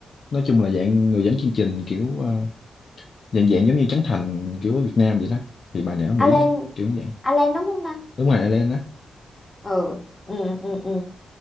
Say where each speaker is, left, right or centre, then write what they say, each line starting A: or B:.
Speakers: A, on the left (about 55°); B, on the left (about 20°).
A: nói chung là dạng người dẫn chương trình kiểu ờ, dạng dạng giống như Trấn Thành kiểu ở Việt Nam vậy đó thì bà này ở Mỹ
B: Alan
A: giống- kiểu như vậy
B: Alan đúng không ta?
A: đúng rồi Ellen á
B: Ừ. Ừ ừ ừ.